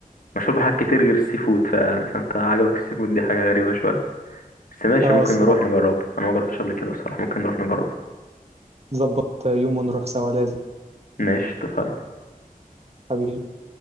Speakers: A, on the left; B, on the right.
A: مشهور بحاجات كتير غير السي فود ف... فانت عجبك السي فود دي حاجة غريبة شوية بس ماشي
B: آه
A: ممكن
B: الصراحة
A: نروح نجربه انا ما جربتش قبل كده بصراحة ممكن نروح نجربه
B: ظبط يوم ونروح سوا لازم
A: ماشي اتفقنا
B: حبيبي